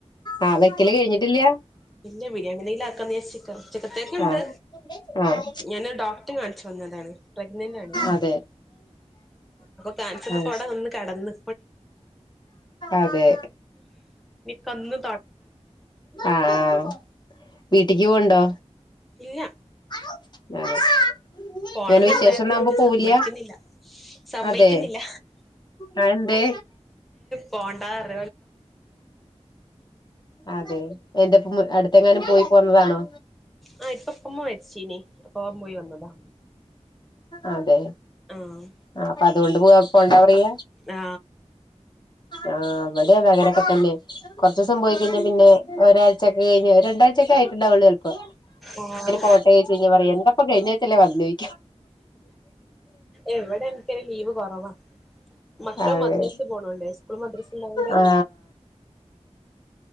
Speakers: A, on the left; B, in the centre.
A: ആഹ് വെക്കല് കഴിഞ്ഞിട്ടില്ല
B: ഇന്നെ ബിരിയാണി നയില ആക്കാ ഞാ ചിക്കൻ ചിക്കത്തേക്ക ഉണ്ട്
A: ആഹ് ആഹ്
B: ഞൻ ഡോക്ടറെ കാണിച്ചു വന്നതാണ് പ്രഗ്നന്റ് ആണ്
A: അതെ
B: അ കാണുഅന്ന
A: ആഹ്
B: പട
A: ശ
B: കടന്ന
A: അതെ
B: കന്ന
A: ആഹ വീട്ടിക്ക് പോണ്ടോ
B: ഇല്ലാ
A: <unintelligible>
B: പോണംന്നുണ്ടായിരുന്നുച്ചസമ്മയികന്നില്ല
A: അങ്ങനെ വിശേഷംന്നാവുമ്പോ പോവില്ല
B: സമ്മയിക്കുന്നില്ല
A: അതെ ആ എന്തേ
B: പോണ്ടാ അറ
A: അതെ എന്റെപ്പ അടുത്തെങ്ങാനും പോയി പോന്നതാണോ
B: ആഹ ഇപ്പപ്പമ്മ മരിച്ചീനി അപ്പോൻ പോയി വന്നതാ
A: അതെ
B: ആഹ്
A: ആ പ്പഅതൊണ്ട് പോ പോണ്ടാ പറിയ
B: ആ
A: ആഹ ഇവടെ അങ്ങനൊക്കെ തന്നെ കുറച്ച ദിവസം പോയി കഴിഞ്ഞാൽ പിന്നെ ഒരാഴ്ചൊക്കെ കഴിഞ്ഞഞ് രണ്ടഴ്ച ഒക്കെ ആയിട്ടുണ്ടാവുള്ളൂ ചെലപ്പോെ
B: ആഹ്
A: പോട്ടേച് പറയ എന്തപ്പ കഴിഞ്ഞാഴ്ച വന്നേചോ
B: എവിടെ ഇൻക്കൊര് ലീവ് കൊറവാ. മക്കൾ
A: അതെ
B: മദ്രസ് പോണണ്ട് സ്കൂൾ മദ്രസ് ഇണ്ടാവണ്ട്
A: ആ